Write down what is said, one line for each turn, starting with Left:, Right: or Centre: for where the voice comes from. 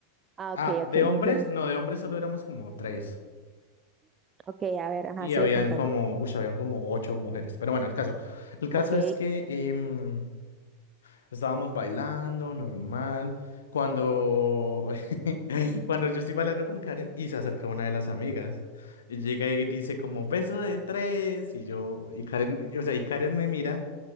Right: Ah,
Left: Ah,
Right: ok, ok,
Left: de
Right: entiendo.
Left: hombres, no, de hombres solo éramos como tres.
Right: Ok, a ver, ajá,
Left: Y
Right: sigo
Left: habían
Right: contando.
Left: como, uy, habían como ocho mujeres. Pero bueno, el caso. El caso
Right: Ok.
Left: es que em, estábamos bailando, normal. Cuando, <laughs> cuando yo estoy bailando con Karen y se acerca una de las amigas. Y llega y dice como, beso de tres. Y yo, y Karen, o sea, y Karen me mira